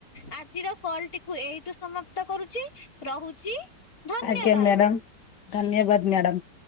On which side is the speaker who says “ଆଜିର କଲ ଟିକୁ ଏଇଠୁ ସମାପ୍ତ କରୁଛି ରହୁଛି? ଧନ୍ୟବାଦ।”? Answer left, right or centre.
Left